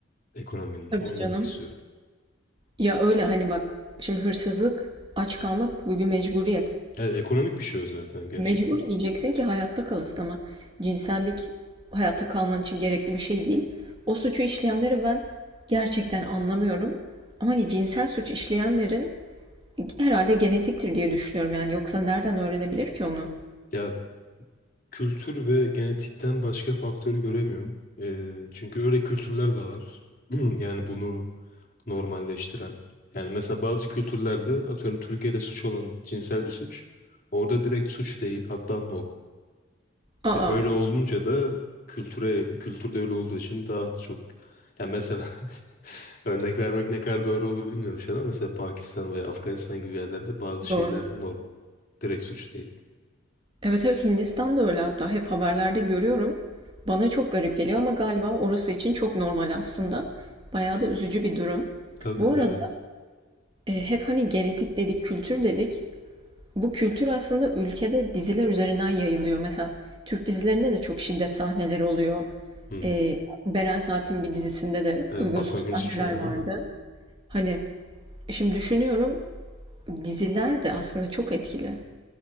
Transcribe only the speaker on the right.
Tabii
canım.
Ya öyle hani bak şimdi hırsızlık, aç kalmak bu bir mecburiyet.
Mecbur yiyeceksin ki hayatta kalasın ama cinsellik hayatta kalman için gerekli bir şey değil. O suçu işleyenleri ben gerçekten anlamıyorum. Ama hani cinsel suç işleyenlerin Herhalde genetiktir diye düşünüyorum yani yoksa nereden öğrenebilir ki onu?
Aa,
doğru.
Evet evet Hindistan'da öyle hatta hep haberlerde görüyorum. Bana çok garip geliyor ama galiba orası için çok normal aslında. Bayağı da üzücü bir durum.
Bu arada
e, hep hani genetik dedik, kültür dedik. Bu kültür aslında ülkede diziler üzerinden yayılıyor. Mesela Türk dizilerinde de çok şiddet sahneleri oluyor.
E, Beren Saat'in bir dizisinde de
uygunsuz
sahneler
vardı.
Hani e, şimdi düşünüyorum Diziler de aslında çok etkili.